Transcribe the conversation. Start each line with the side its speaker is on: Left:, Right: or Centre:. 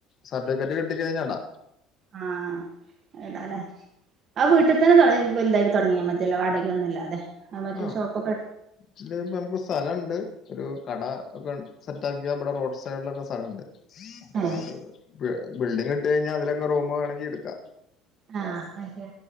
Left: സർട്ടിഫിക്കറ്റ് കിട്ടിക്കഴിഞ്ഞ ഇട
Right: ആഹ് ഇടാലോ ആ വീട്ട് തന്നെ വലതായിട്ട് തുടങ്ങിയാ മതിയല്ലോ വാടകൊന്നും ഇല്ലാതെ മറ്റേ
Left: ആ
Right: ഷോപ്പൊക്കെ
Left: ഇല്ലേ ഇപ്പം നമുക്ക് സ്ഥലണ്ട് ഒരു കട ഒക്കെ സെറ്റാക്കിയ ഇവിടെ റോഡ് സൈഡിലൊക്കെ സ്ഥലണ്ട്. അപ്പ
Right: ഏ
Left: അവിടെ ബിൽഡിങ് ഇട്ട് കഴിഞ്ഞാ അതിലൊക്കെ റൂം വേണമെങ്കി ഇടുക്കാ
Right: ആഹ് മറ്റേ